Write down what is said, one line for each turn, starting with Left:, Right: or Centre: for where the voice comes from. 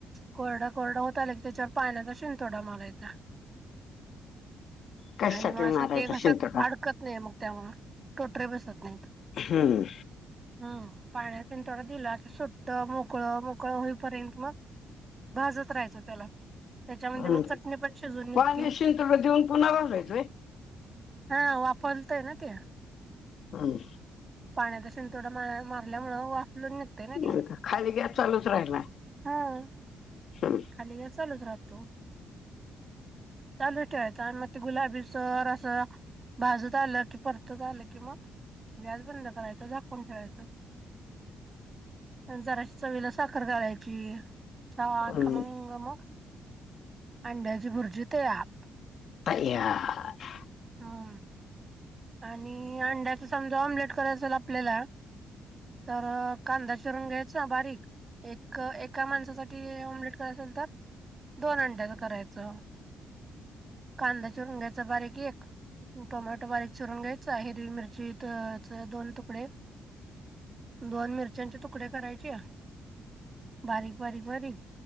Right: कोरडा कोरडा होत आला की त्याच्यावर पाण्याचा शिंतोडा मारायचा.
Left: कशासाठी
Right: आणि मग असं
Left: मारायचा
Right: ते घशात
Left: शिंतोडा
Right: अडकत नाही, मग त्यामुळं. टोटरे बसत नाहीत,
Left: हम्म
Right: हम पाण्यात आणि थोडं दिला की सुट्टं मोकळ काळ होईपर्यंत मग. भाजत राहायचं त्याला. त्याच्यामध्ये
Left: हम्म.
Right: मग चटणी पण शिजवून निघती.
Left: पाणी शिंतोडा देऊन पुन्हा भाजायचं व्हय?
Right: हा वाफवलतय ना ते.
Left: हम्म
Right: पाण्याचा शेणतोडा मारल्यामूळ वाफ ल निघतय ना ते.
Left: नाही का? खाली गॅस चालूच राहिला
Right: हम.
Left: हम्म.
Right: खाली गॅस चालूच राहतो. चालू ठेवायचा मग ते गुलाबीसर. अस भाजत आलं की. ते झालं की मग गॅस बंद करायच. झाकुन ठेवायचं. पण जराशी चवीला साखर घालायची. छान
Left: हम्म.
Right: खमंगं मग अंंडायाची. ची बुरजी तयार.
Left: तयार.
Right: हम्म. आणि अंड्याचा समजा ऑम्लेट कराय असल आपल्याला. तर कांदा चिरून घ्यायचा. चा बारीक एक-एका माणसासाठी ऑमलेट कय असल तर. दोन अंड्याच करायचं. कांदा चुरुन घ्याचा बारीक एक टोमॅटो बारीक चुरुंन घ्यायचं हिरवी मिरची त च दोन तुकडे. दोन मिरच्याांचे तुकडे करायचे बारीक, बारीक, बारीक.